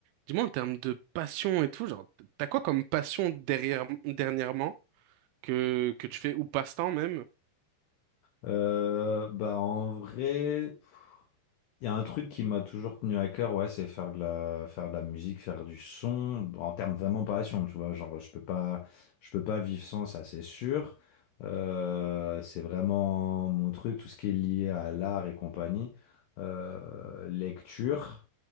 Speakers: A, on the right; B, on the left.
A: Dis-moi, en termes de passion et tout, genre, t'as quoi comme passion derrière, dernièrement que, que tu fais, ou passe-temps même?
B: Euh, bah en vrai, il y a un truc qui m'a toujours tenu à cœur, ouais, c'est faire de la, faire de la musique, faire du son, en termes vraiment passion, tu vois, genre je peux pas, je peux pas vivre sans ça, c'est sûr. Euh, c'est vraiment mon truc, tout ce qui est lié à l'art et compagnie. Euh, lecture,